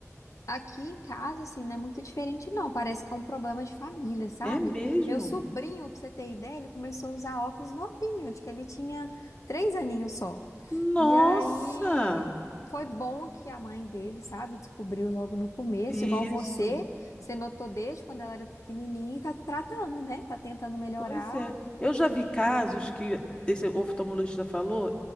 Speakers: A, on the left; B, on the left.
A: Aqui em casa, assim, não é muito diferente, não. Parece que é um problema de família, sabe?
B: É mesmo?
A: Meu sobrinho, pra você ter ideia, ele começou a usar óculos novinho, acho que ele tinha três aninhos só.
B: Nossa!
A: E aí foi bom que a mãe dele, sabe, descobriu logo no começo,
B: Isso.
A: igual você, você notou desde quando ela era pequenininha e tá tratando, né? Tá tentando melhorar.
B: Pois é. Eu já vi casos que esse oftalmologista falou